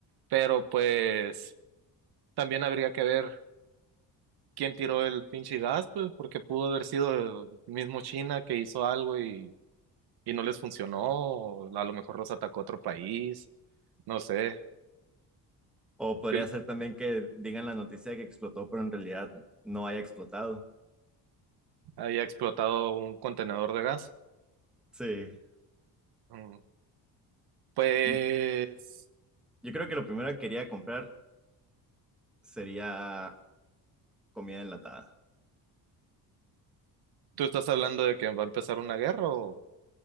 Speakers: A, on the right; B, in the centre.
A: Pero pues también habría que ver quién tiró el pinche gas, pues, porque pudo haber sido el mismo China que hizo algo y, y no les funcionó, o a lo mejor los atacó otro país, no sé,
B: O podría
A: que
B: ser también que digan la noticia de que explotó, pero en realidad no haya explotado.
A: haya explotado un contenedor de gas.
B: Sí.
A: Mm, Pues,
B: Yo, yo creo que lo primero que quería comprar sería comida enlatada.
A: ¿tú estás hablando de que va a empezar una guerra o...?